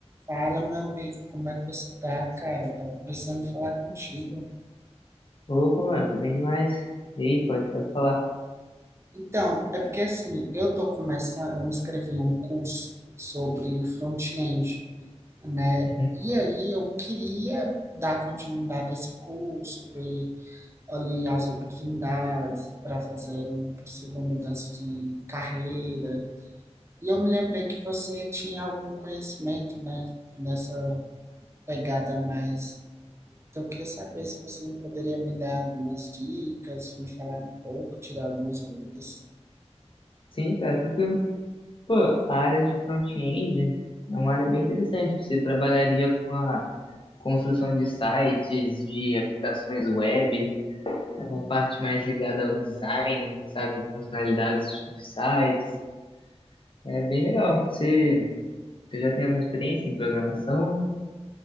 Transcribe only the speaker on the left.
Opa, mano, tô bem demais. E aí, pode, pode falar.
Uhum.
Sim, cara, tranquilo. Pô, a área de front-end é uma área bem interessante. Você trabalharia com a construção de sites, de aplicações web, é uma parte mais ligada ao design, sabe? Funcionalidades de sites. É bem legal. Você, você já tem alguma experiência em programação?